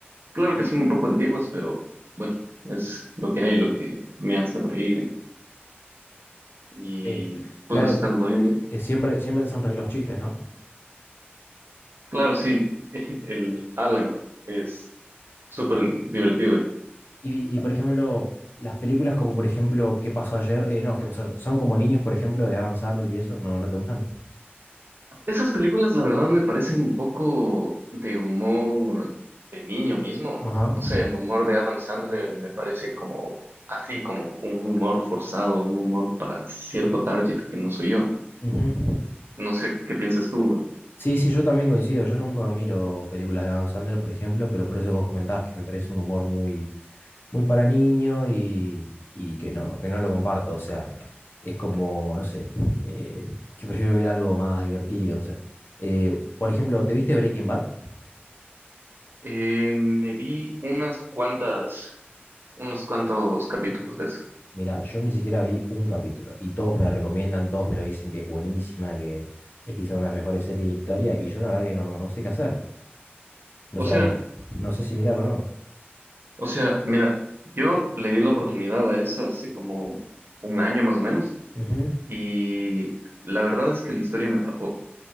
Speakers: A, on the right; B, on the left.
A: Claro que son un poco antiguas, pero bueno, es lo que hay, lo que me hace reír y
B: Eh, claro,
A: puedo estarlo viendo.
B: eh, siempre, siempre te hacen reír los chistes, ¿no?
A: Claro, sí, <laughs> el Alan es súper divertido.
B: Y, y, por ejemplo, las películas como, por ejemplo, ¿Qué pasó ayer? Eh, no, ¿Qué pasó ayer? Son como niños, por ejemplo, de Adam Sandler y eso, ¿no, no te gustan?
A: Esas películas, la verdad, me parecen un poco de humor de niño mismo.
B: Ajá.
A: No sé, el humor de Adam Sandler me parece como así, como un humor forzado, un humor para cierto target que no soy yo.
B: Ujú.
A: No sé qué piensas tú.
B: Sí, sí, yo también coincido. Yo nunca miro películas de Adam Sandler, por ejemplo, pero por eso que vos comentabas que me parece un humor muy, muy para niño y, y que no, que no lo comparto. O sea, es como, no sé, eh, que prefiero ver algo más divertido, no sé. Eh, por ejemplo, ¿te viste Breaking Bad?
A: Eh, me vi unas cuantas, unos cuantos capítulos de eso.
B: Mira, yo ni siquiera vi un capítulo y todos me la recomiendan, todos me lo dicen que es buenísima, que es quizá una de las mejores series de la historia y yo la verdad que no, no sé qué hacer. no
A: O
B: sé
A: sea,
B: no sé si mirarlo o no.
A: o sea, mira, yo le di la oportunidad a esa hace como un año más o menos
B: Ujú.
A: y la verdad es que la historia me atrapó,